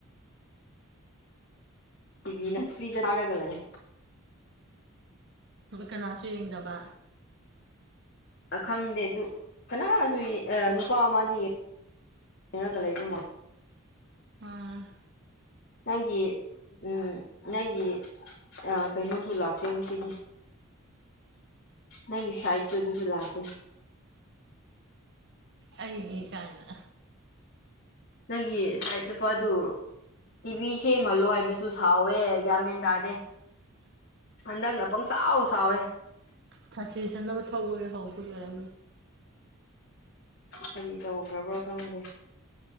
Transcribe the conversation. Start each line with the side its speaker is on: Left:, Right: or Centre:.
Left: ꯏ ꯅꯪ ꯐ꯭ꯔꯔꯤꯖ ꯍꯥꯏꯒꯂꯑ
Right: ꯀꯅꯥꯁꯨ ꯌꯦꯡꯗꯕ
Left: ꯈꯪꯗꯦ ꯑꯗꯨ ꯀꯅꯥꯁꯨ ꯅꯨꯄꯥ ꯑꯃꯗꯤꯗꯤ ꯀ ꯂꯩꯕ
Right: ꯑ
Left: ꯅꯪꯒꯤ ꯎꯝ ꯅꯪꯒꯤ ꯑ ꯀꯩꯅꯣꯁꯨ ꯂꯥꯛꯁꯦ ꯍꯧꯖꯤꯛꯇꯗꯤ ꯅꯒꯤ ꯁꯥꯏꯗ ꯑꯗꯨꯁꯨ ꯂꯥꯛꯒꯦ
Right: ꯑꯩꯒꯤꯦ ꯀꯅ
Left: ꯅꯪꯒꯤ ꯁꯠ ꯅꯨꯄꯥꯗꯨ ꯇꯤꯚꯤ ꯁꯦꯝꯍꯜꯂꯣ ꯍꯥꯏꯕꯁꯨ ꯁꯥꯎꯋꯦ ꯌꯥꯝꯃꯦꯟ ꯇꯥꯗꯦ ꯍꯟꯗꯛꯅ ꯄꯪ ꯁꯥꯎ ꯁꯋꯦ
Right: ꯊꯥꯁꯤ ꯆꯅꯕ ꯊꯧꯕꯒꯤ ꯍꯧꯕꯒꯤ ꯑꯣꯏꯔꯝꯃꯦ
Left: ꯀꯔꯤ ꯇꯧꯈ꯭ꯔꯕ꯭ꯔꯥ ꯈꯪꯗꯦ